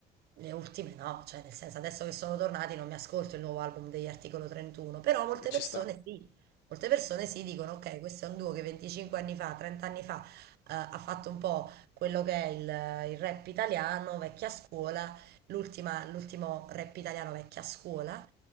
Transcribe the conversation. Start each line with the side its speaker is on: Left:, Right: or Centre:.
Right: le ultime no, cioè nel senso adesso che sono tornati non mi ascolto il nuovo album degli Articolo 31, però molte
Left: sì, ci
Right: persone
Left: sta.
Right: sì, molte persone sì dicono ok, questo è un duo che 25 anni fa, 30 anni fa eh, ha fatto un po' quello che è il, il rap italiano, vecchia scuola, l'ultima- l'ultimo rap italiano vecchia scuola